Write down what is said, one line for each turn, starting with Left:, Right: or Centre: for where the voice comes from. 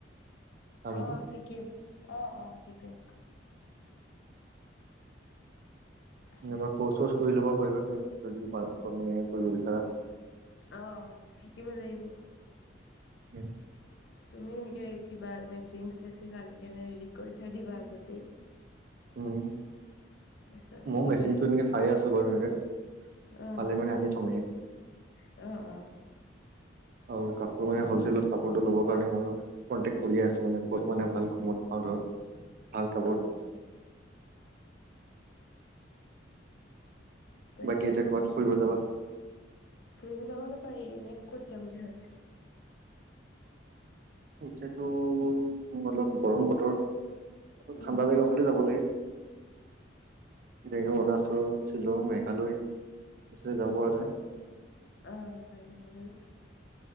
Right: কামটো
Left: অ শিকিম অ অ শিকিম। আহিল
Right: কৰ্চ চচ কৰি ল'ব পাৰিবা তুমি যদি পাৰা মানে কৰিব বিচাৰা।
Left: অ শিকিব লাগিব।
Right: উম,
Left: তুমিও এনেকৈ কিবা মেচিন চেচিন আন কেনে ৰেডি কৰি থৈ দিবা আগতেই।
Right: উম।
Left: তাৰপিছত
Right: মই
Left: একেবাৰে
Right: মেচিনতটো এনেকে চাই আছো বাৰু এনেকে
Left: অ',
Right: পালে মানে আনি থমে।
Left: অ অ,
Right: আৰু কাপোৰ মানে হ'লচেলত, কাপোৰটো ল'ব কাৰণে মইও কণ্টেক্ট কৰি আছোঁ মানে ক'ত মানে ভাল কামত পাওঁ ধৰ। ভাল কাপোৰ।
Left: অ', এনে
Right: বাকী এতিয়া
Left: হব,
Right: ক'ৰবাত ফুৰিব যাবা
Left: ফুৰিব যাবলৈ পাৰি এনে ক'ত যাম বুলি ভাবিছা।
Right: এতিয়া তো অলপ গৰম বতৰ, অলপ
Left: উম,
Right: ঠাণ্ডা জেগা ফালে যাব লাগে। যেনেকে অৰুণাচল, শ্বিলং, মেঘালয়, এইফালে যাব পৰা যায়।
Left: অ পাৰী যাবলে।